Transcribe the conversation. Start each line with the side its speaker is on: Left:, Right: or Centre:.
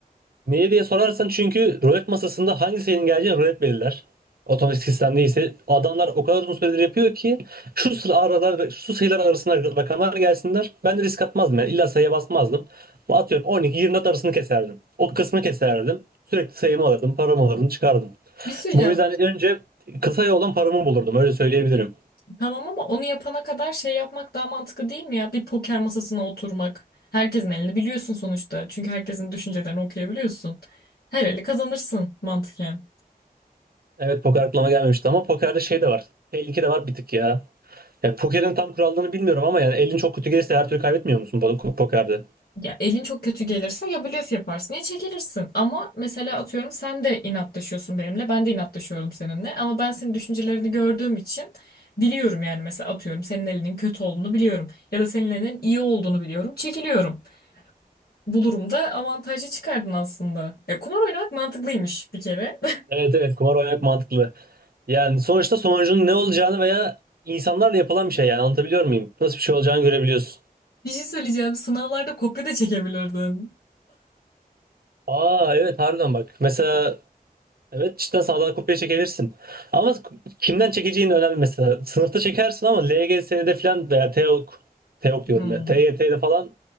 Right: Niye diye sorarsan çünkü rulet masasında hangi sayının geleceğini rulet belirler. Otomatik sistem değilse adamlar o kadar uzun süredir yapıyor ki şu sıra aralar şu sayılar arasında rakamlar gelsinler. Ben de risk atmazdım yani illa sayıya basmazdım. Atıyorum 12-24 arasını keserdim. O kısmı keserdim. Sürekli sayımı alırdım, paramı alırdım, çıkardım.
Left: Bir şey söyleyeceğim.
Right: Bu yüzden önce kısa yoldan paramı bulurdum öyle söyleyebilirim.
Left: Tamam ama onu yapana kadar şey yapmak daha mantıklı değil mi ya? Bir poker masasına oturmak. Herkesin elini biliyorsun sonuçta. Çünkü herkesin düşüncelerini okuyabiliyorsun. Her eli kazanırsın mantıken.
Right: Evet poker aklıma gelmemişti ama pokerde şey de var. Tehlike de var bir tık ya. Ya pokerin tam kurallarını bilmiyorum ama yani elin çok kötü gelirse her türlü kaybetmiyor musun po- pokerde?
Left: Ya elin çok kötü gelirse ya blöf yaparsın ya çekilirsin. Ama mesela atıyorum sen de inatlaşıyorsun benimle. Ben de inatlaşıyorum seninle. Ama ben senin düşüncelerini gördüğüm için biliyorum yani mesela atıyorum senin elinin kötü olduğunu biliyorum. Ya da senin elinin iyi olduğunu biliyorum. Çekiliyorum. bu durumda avantajı çıkardın aslında. Ya, kumar oynamak mantıklıymış bir kere. <laughs>
Right: Evet evet kumar oynamak mantıklı. Yani sonuçta sonucunun ne olacağını veya insanlarla yapılan bir şey yani anlatabiliyor muyum? Nasıl bir şey olacağını görebiliyorsun.
Left: Bir şey söyleyeceğim. Sınavlarda kopya da çekebilirdin.
Right: Aa evet harbiden bak. Mesela evet cidden sağdan kopya çekebilirsin. Ama kimden çekeceğin önemli mesela. Sınıfta çekersin ama LGS'de falan veya TEOK, TEOK diyorum
Left: Hmm.
Right: ya TYT'de falan